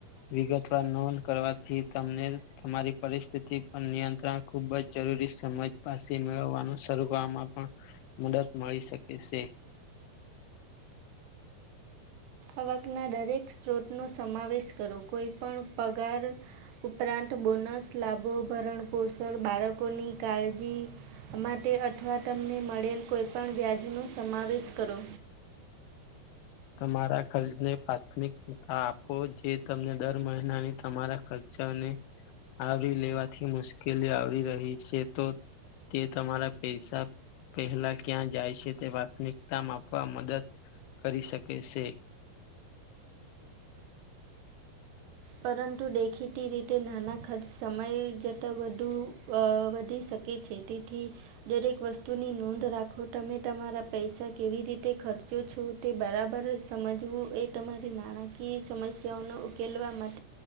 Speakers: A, on the left; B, on the right.
A: વિગતવાર નોંધ કરવાથી, તમને તમારી પરિસ્થિતિ પર નિયંત્રણ ખુબ જ જરૂરી, સમજ પાસે મેળવવાનું શરૂ વામાં પણ મુદત મળી શકે છે
B: આવકના દરેક સ્ત્રોતનોો સમાવેશ કરો કોઈ પણ પગાર ઉપરાંત બોનસ લાભો ભરણ પોષણ બાળકોની કાળજી માટે અથવા તમને મળેલ કોઈપણ વ્યાજનો સમાવેશ કરો
A: તમારા ખર્ચને પ્રાથમિકતા આપો જે તમને દર મહિનાની તમારા ખર્ચ ને આવરી લેવાથી મુશ્કેલી આવ રહી છે તો તે તમારા પૈસા પહેલા ક્યાં જાય છે તે પ્રાથમિકતામ આપવા મદદ કરી શકે છે
B: પરંતુ દેખીતી રીતે નાના ખર્ચ સમય જતા વધુ વધી શકે છેતી થી દરેક વસ્તુની નોંધ રાખો તમે તમારા પૈસા કેવી રીતે ખર્ચો છો તે બરાબર સમજવું એ તમારી નાણાકીય સમસ્યાઓને ઉકેલવા માટે